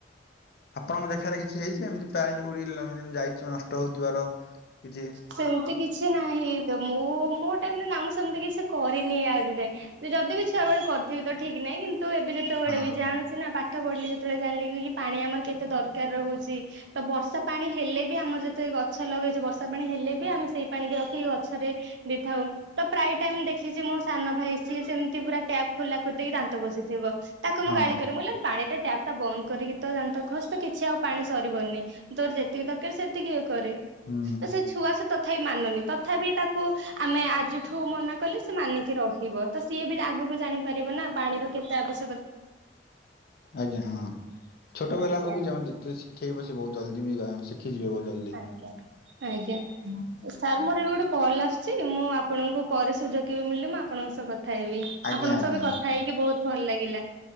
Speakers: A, on the left (about 60°); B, on the right (about 80°).
A: ଆପଣଙ୍କ ଦେଖାରେ କିଛି ହେଇଚି ଏମିତି ପାଣି ଗୁେ ଯାଇଥିବ ନଷ୍ଟ ହଉଥିବାର କିଛି
B: ସେମିତି କିଛି ନାହିଁତ ମୁଁ ମୋ ଟାଇମରେନା ମୁଁ ସେମିତି କିଛି କରିନି ଆଜି ଯାଏ ଯଦିବି ଛୁଆବେଳେ କରିଥିବି ତ ଠିକ୍ ନାହିଁ କିନ୍ତୁ ଏବେ ଯେତେବେଳେବି
A: ହଁ
B: ଜାଣୁ ସିନା ପାଠ ପଢିଲି ଯେତେବେଳେ ଜାଣିଲିକି କିପାଣି ଆମର କେତେ ଦରକାର୍ ରହୁଚି ତ ବର୍ଷା ପାଣି ହେଲେବି ଆମର ଯେତେ ଗଛ ଲଗେଇଚୁ ବର୍ଷା ସା ପାଣି ହେଲେବି ଆମେ ସେଇ ପାଣିି ରଖିକ ଗଛରେ ଦେଇଥାଉ। ତ ପ୍ରାୟ ଟାଇମ୍ ଦେଖିଚି, ମୋ ସାନ ଭାଇ ସିଏ ସେମିତି ପୁରା ଟ୍ୟାପ୍ ଖୋଲା କରିଦେଇକି ଦାନ୍ତ ଘସୁଥିବ। ତାକୁ
A: ହଁ
B: ମୁଁ ଗାଳି କରିମୁ ମୁଁକହିଲି ପାଣିଟା ଟ୍ୟାପ୍ ବନ୍ଦ କରିକିତ ଦାନ୍ତ ଘସତ କିଛି ଆଉ ପାଣି ସରିବନି ତୋର ଯେତିକି ଦରକାର ସେତିକି ଇଏ କରେ।
A: ହୁଁ
B: ତ ସେ ଛୁଆ ସେତ ତଥାପି ମାନୁନି ତଥାପି ତାକୁ ଆମେ ଆଜିଠୁ ମନା କଲେ ସେମାନିକି ରହିବ। ତ ସିଏବି ଆଗକୁ ଜାଣିପାରିବନା ପାଣିର କେତେ ଆବଶ୍ୟକ?
A: ଆଜ୍ଞା ହଁ, ଛୋଟ ପିଲାଙ୍କୁବି
B: ଆଜ୍ଞା
A: <unintelligible> ଯେ ସେଇବା ସେବହୁତ ଜଲ୍ଦି ଶିଖିଯିବେ ବହୁତ୍ ଜଲ୍ଦି
B: ଆଜ୍ଞା ଆଜ୍ଞା ସାର୍ ମୋର ଏବେ ଗୋଟେ କଲ୍ ଆସୁଚି ମୁଁ ଆପଣଙ୍କୁ ପରେ ସୁଯୋଗ କେବେ ମିଳିଲେ ମୁଁ ଆପଣଙ୍କ ସହ କଥା ହେବି।
A: ଆଜ୍ଞା
B: ଆପଣଙ୍କ
A: ଆଜ୍ଞା
B: ସହ ଏବେ କଥା ହେଇକି ବହୁତ୍ ଭଲ ଲାଗିଲା।